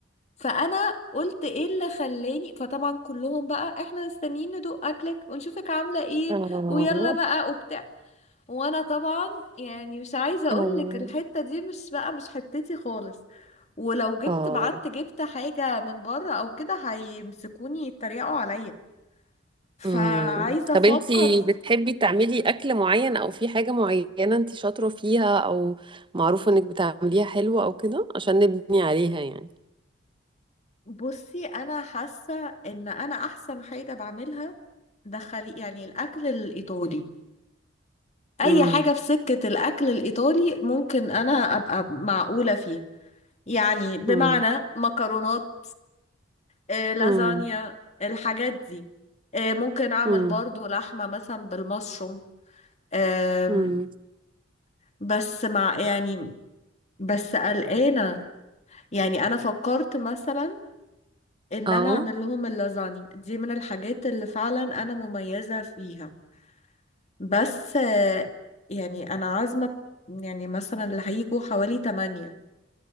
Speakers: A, on the left (about 35°); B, on the right (about 25°).
A: فأنا قلت إيه اللي خلاني فطبعا كلهم بقى إحنا مستنيين ندوق أكلك ونشوفك عاملة إيه
B: آه
A: ويلا بقى وبتاع وانا طبعا يعني مش عايزه اقول
B: آه
A: لك الحته دي مش بقى مش حتتي خالص ولو جبت
B: آه
A: بعت جبت حاجه من بره او كده هيمسكوني يتريقوا عليا فعايزه
B: امم
A: افكر
B: طب انتي
A: في
B: بتحبي تعملي اكل معين او في حاجة معينة انتي شاطرة فيها او معروفة انك بتعمليها حلوة او كده عشان نبني عليها يعني
A: بصي انا حاسه ان انا احسن حاجه بعملها دخلي يعني الاكل الايطالي اي
B: امم
A: حاجه في سكه الاكل الايطالي ممكن انا ابقى معقوله فيها يعني بمعنى
B: امم
A: مكرونات آه، لازانيا
B: امم
A: الحاجات دي آه، ممكن اعمل
B: امم
A: برضو لحمة مثلا بالمشروم آم،
B: امم
A: بس مع يعني بس قلقانة يعني انا فكرت مثلا ان
B: اه
A: انا اعمل لهم اللازانيا دي من الحاجات اللي فعلا انا مميزة فيها بس آه، يعني انا عازمة يعني مثلا اللي هيجوا حوالي تمانية